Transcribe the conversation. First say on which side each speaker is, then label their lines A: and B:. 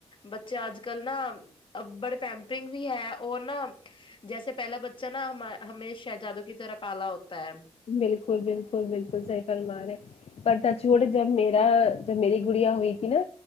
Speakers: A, on the left; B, on the left.
A: بچے اج کل نا بڑے پمپنگ بھی ہے اور نا جیسے پہلا بچہ ناہما ہمیں شہجادو کی طرح پالا ہوتا ہے
B: بالکل بالکل بالکل صحیح فرمارے پر تچوڑ جب میرا جب میری گڑیاں ہوئی تھی نا